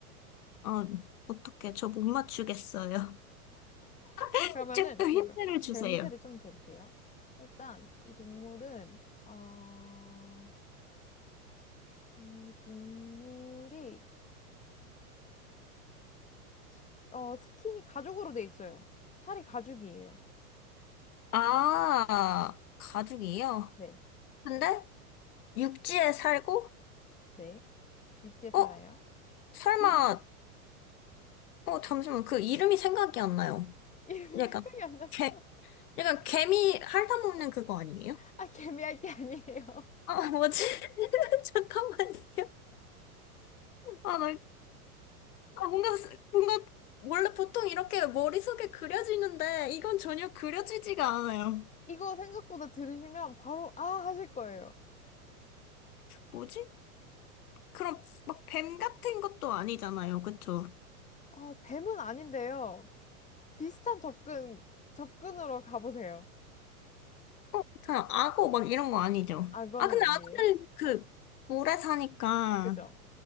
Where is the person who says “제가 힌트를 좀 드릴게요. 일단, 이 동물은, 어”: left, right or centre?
Left